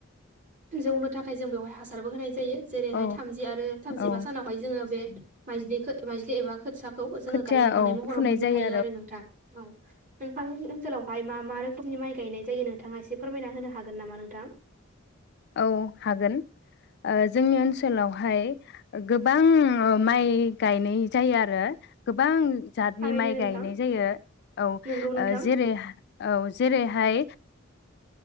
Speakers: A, on the right (about 40°); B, on the left (about 55°).
A: जौनो थाखाय जों बेवहाय हासारबो होनाय जायो। जायो जेरैहाय
B: औ
A: थामजि आरो थामजिबा
B: औ
A: सानावहाय जोङो बे। माइज्लि माइज्लि एबा खोथियाखौ। जोङो
B: खोथिया
A: गायनो हानाय
B: औ
A: महराव
B: फुनाय
A: मोननो
B: जायो
A: हायो आरो नोंथां। औ नोंथांनि ओन ओनसोलावहाय मा मा रोखोमनि माइ गायनाय जायो नोंथाङा एसे फोरमायना होनो हागोन नामा नोंथां?
B: औ हागोन ओ। जोंनि ओनसोलावहाय गोबां माइ गायनाय जायो आरो। गोबां। जातनि
A: थारैनो
B: माइ
A: नोंथां
B: गायनाय जायो औ
A: नोंगौ नोंथां
B: जेरै औ जेरै हाय